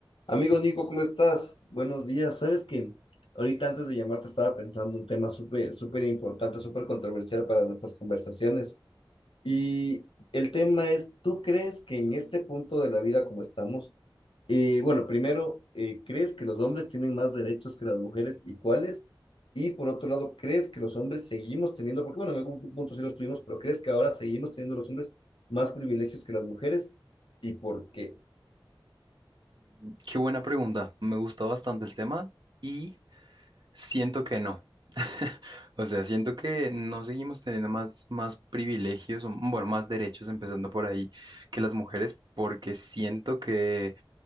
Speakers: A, on the left (about 80°); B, on the right (about 60°).
A: Amigo Nico, ¿cómo estás? Buenos días. Sabes que ahorita antes de llamarte estaba pensando un tema súper, súper importante, súper controversial para nuestras conversaciones. Y el tema es, ¿tú crees que en este punto de la vida como estamos, eh, bueno, primero, eh, ¿crees que los hombres tienen más derechos que las mujeres y cuáles? Y por otro lado, ¿crees que los hombres seguimos teniendo, porque bueno, en algún punto sí los tuvimos, pero ¿crees que ahora seguimos teniendo los hombres más privilegios que las mujeres? ¿Y por qué?
B: Mm, Qué buena pregunta. Me gusta bastante el tema y siento que no. <laughs> O sea, siento que no seguimos teniendo más, más privilegios, o, bueno, más derechos, empezando por ahí, que las mujeres, porque siento que